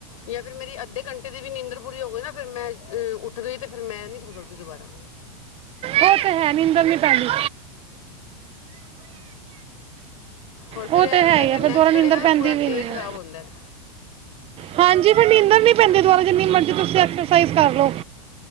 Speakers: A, on the left; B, on the right.
A: ਜਾਂ ਫਿਰ ਮੇਰੀ ਅੱਧੇ ਘੰਟੇ ਦੀ ਵੀ ਨੀਂਦਰ ਪੂਰੀ ਹੋ ਗਈ ਨਾ ਫਿਰ ਮੈਂ ਅ ਉੱਠ ਗਈ ਤੇ ਫਿਰ ਮੈਂ ਨੀ ਸੋ ਸਕਦੀ ਦੁਬਾਰਾ।
B: ਉਹ ਤੇ ਹੈ ਨੀਂਦਰ ਨਹੀਂ ਪੈਂਦੀ
A: ਹੋਰ ਫਿਰ
B: ਉਹ
A: ਇਹ
B: ਤੇ ਹੈ
A: ਹੁੰਦਾ
B: ਹੀ
A: ਫਿਰ
B: ਆ
A: ਨੈਕਸਟ
B: ਦੁਬਾਰਾ ਨੀਂਦਰ
A: ਡੇ ਨਾ ਫਿਰ ਪੂਰਾ
B: ਪੈਂਦੀ ਵੀ
A: ਡੇ
B: ਨਹੀਂ
A: ਖਰਾਬ
B: ਆ
A: ਹੁੰਦਾ ਹੈ।
B: ਹਾਂਜੀ, ਫਿਰ ਨੀਂਦਰ ਨੀ ਪੈਂਦੀ ਦੁਬਾਰਾ ਜਿੰਨੀ ਮਰਜੀ ਤੁਸੀਂ ਐਕਰਸਾਈਜ਼ ਕਰ ਲਓ।